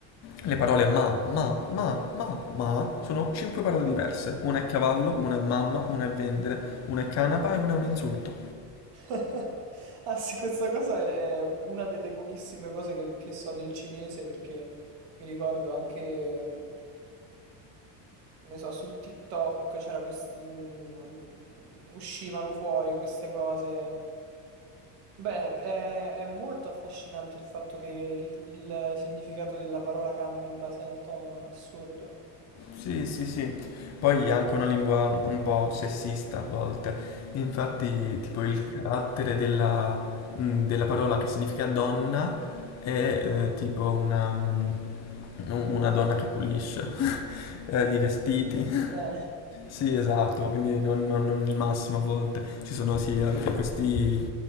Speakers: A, on the left; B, on the right.
A: le parole ma, ma, ma, ma, ma sono cinque parole diverse, una è cavallo, una è mamma, una è vendere, una è canapa e una è un insulto.
B: <laughs> Ah sì, questa cosa è è una delle pochissime cose che, che so del cinese perché mi ricordo anche, mm, che ne so, su TikTok c'era quest- mm, ogn- uscivano fuori queste cose. Beh, è, è molto affascinante il fatto che il, il significato della parola cambi in base al tono, è assurdo.
A: Sì, sì, sì. Poi è anche una lingua un po' sessista a volte. Infatti, tipo il
B: <laughs>
A: carattere della, mh, della parola che significa donna è eh, tipo una, mh, una donna che pulisce <laughs> eh, i vestiti.
B: Mm, Bene,
A: <laughs> Sì, esatto, quindi non, non- non il massimo a volte. Ci sono sì anche questi,